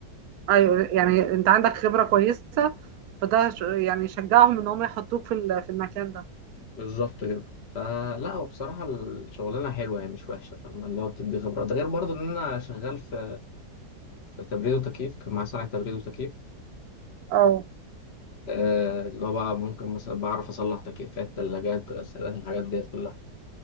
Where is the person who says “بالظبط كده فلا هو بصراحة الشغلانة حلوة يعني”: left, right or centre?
Left